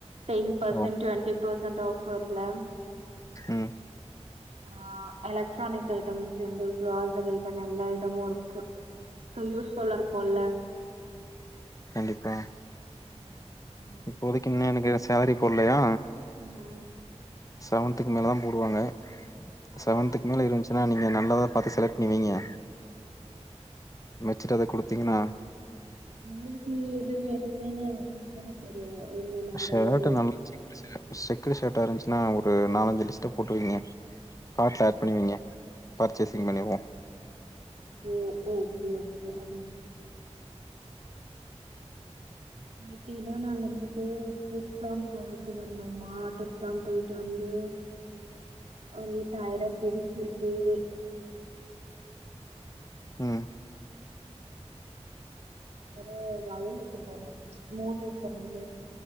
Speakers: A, on the right; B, on the left.
A: டென் பர்சன்ட்
B: ஓ
A: டுவென்டி பர்சன்ட் ஆஃபர்ல
B: ம்
A: ஆ எலக்ட்ரானிக் ஐட்டம்ஸ் இருந்து கிராசரி ஐட்டம் எல்லா ஐட்டமு இருக்கு யூஸ்ஃபுல்லா இருக்குல்ல
B: கண்டிப்பா
A: ஆ ஆமா
B: இப்போதைக்கு இன்னு எனக்கு சேலரி போடலயா
A: ம்
B: செவன்த்துக்கு மேல தா போடுவாங்க
A: ஆ
B: செவன்த்துக்கு மேல இருந்துச்சுன்னா நீங்க நல்லதா பாத்து செலக்ட் பண்ணி வைங்க வெச்சிட்டு அத கொடுத்தீங்ன்னா
A: உங்களுக்கு எது வேணுமுன்னே உங்களுக்கு தானே தெரியு என்ன மாடல்லு
B: ஷர்ட் நல்லா செக்குடு ஷர்ட்டா இருந்துச்சுன்னா ஒரு நாலஞ்சு லிஸ்ட்ட போட்டுவைங்க கார்ட் பேக் பண்ணி வைங்க பர்ச்சேசிங் பண்ணிக்வோ
A: ஓ ஓகே ஓகே அம்மு ம் எப்டின்னா நாங்க வந்துட்டு ட்ரிப்ல்லா போய்ட்டு வந்தோமா ட்ரிப்ல்லா போய்ட்டு வந்து ஒரே டயர்டா போயிருச்சு டேவே
B: ம்
A: வேற வயலுக்கு போனோ மோட்டரு பணில